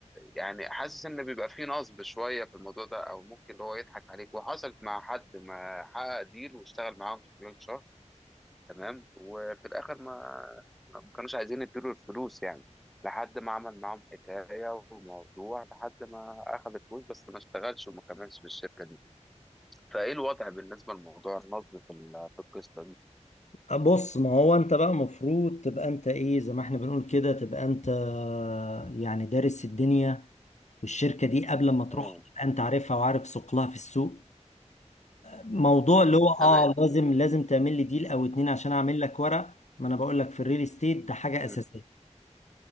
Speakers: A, in the centre; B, on the left.
A: يعني حاسس إن بيبقى فيه نصب شوية في الموضوع ده أو ممكن اللي هو يضحك عليك وحصلت مع حد ما حقق ديل واشتغل معاهم في خلال شهر تمام وفي الآخر ما ما كانوش عايزين يديله الفلوس يعني لحد ما عمل معاهم حكاية وموضوع لحد ما أخذ الفلوس بس ما اشتغلش وما كملش في الشركة دي فإيه الوضع بالنسبة لموضوع النصب في ال- في القصة دي؟
B: بص ما هو انت بقى مفروض تبقى انت ايه زي ما احنا بنقول كده تبقى انت يعني دارس الدنيا والشركة دي قبل ما تروح
A: مم.
B: تبقى انت عارفها وعارف ثقلها في السوق موضوع
A: مم.
B: اللي هو اه
A: تمام
B: لازم لازم تعمل لي ديل او اتنين عشان اعمل لك ورق ما انا بقول لك في الريل استيت ده حاجة اساسية
A: مم.